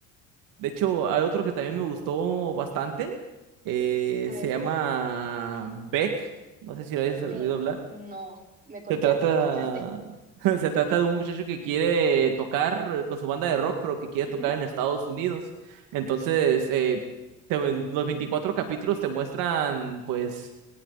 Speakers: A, on the right; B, on the right.
A: de hecho, hay otro que también me gustó bastante, eh,
B: A
A: se
B: ver,
A: llama
B: ¿cuál?
A: Beck, no sé si lo hayas oído
B: Beck,
A: hablar.
B: no, me corchaste,
A: Se trata,
B: me corchaste. <laughs>
A: <laughs> se trata de un muchacho que quiere tocar eh, con su banda de rock, pero que quiere
B: Ujú,
A: tocar en Estados Unidos. Entonces, eh, te- los 24 capítulos te muestran, pues,